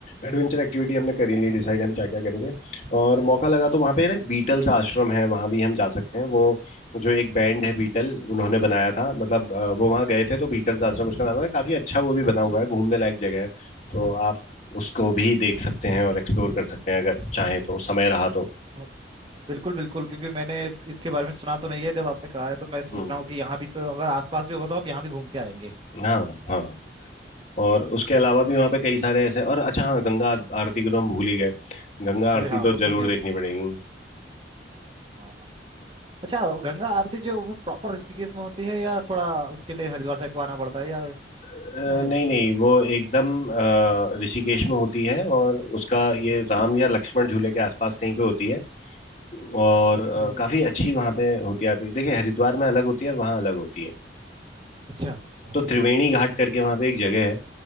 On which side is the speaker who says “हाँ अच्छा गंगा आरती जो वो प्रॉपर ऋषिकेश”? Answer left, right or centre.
Right